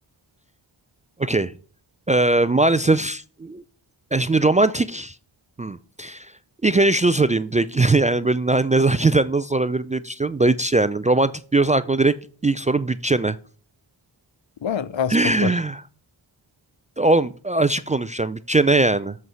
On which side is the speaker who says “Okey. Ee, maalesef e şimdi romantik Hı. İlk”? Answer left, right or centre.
Right